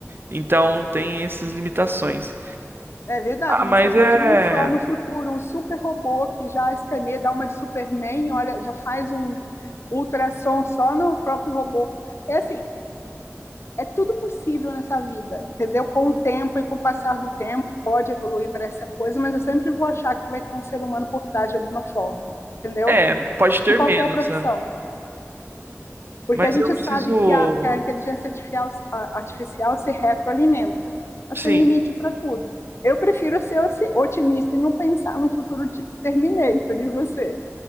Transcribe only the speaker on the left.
É verdade,
mas
você imagina
só no futuro um super robô que já escaneia, dá uma de Superman, olha, já faz um ultrassom só no próprio robô. É assim, é tudo possível nessa vida, entendeu? Com o tempo e com o passar do tempo, pode evoluir para essa coisa, mas eu sempre vou achar que vai ter um ser humano por trás de alguma forma, entendeu?
de qualquer
profissão,
porque
a gente
sabe que a, que a inteligência artificial, a, artificial se retroalimenta, mas
tem limite para tudo. Eu prefiro ser otimista e não pensar no futuro tipo Terminator e você.